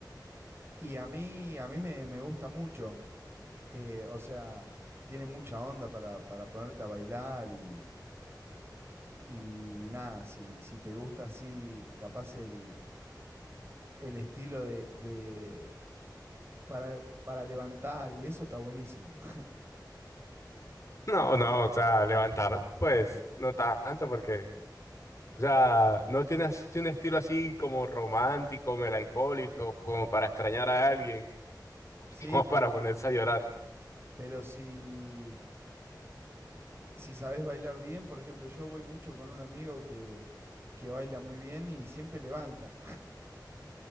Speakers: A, on the right; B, on the left.
A: Y a mí, a mí me, me gusta mucho. Eh, o sea, tiene mucha onda para, para ponerte a bailar y, y nada, si, si te gusta así, capaz el, el estilo de, de- para, para levantar y eso está buenísimo. <laughs>
B: No, no,
A: Sí.
B: o sea, levantar, pues, no tanto, porque, o sea, no tiene así un estilo así como romántico, melancólico, como para extrañar a alguien,
A: Sí,
B: <laughs> como
A: pero,
B: para ponerse a llorar.
A: pero si, si sabes bailar bien, por ejemplo, yo voy mucho con un amigo que, que baila muy bien y siempre levanta.